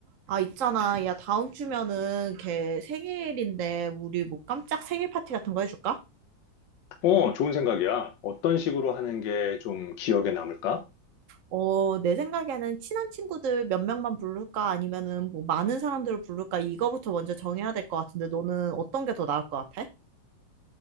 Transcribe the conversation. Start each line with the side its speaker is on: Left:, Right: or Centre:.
Right: 아, 있잖아. 야, 다음 주면은 걔 생일인데, 우리 뭐 깜짝 생일 파티 같은 거 해줄까?
Left: 어, 좋은 생각이야. 어떤 식으로 하는 게 좀 기억에 남을까?
Right: 어, 내 생각에는 친한 친구들 몇 명만 부를까? 아니면은 뭐 많은 사람들을 부를까? 이거부터 먼저 정해야 될 것 같은데, 너는 어떤 게 더 나을 것 같아?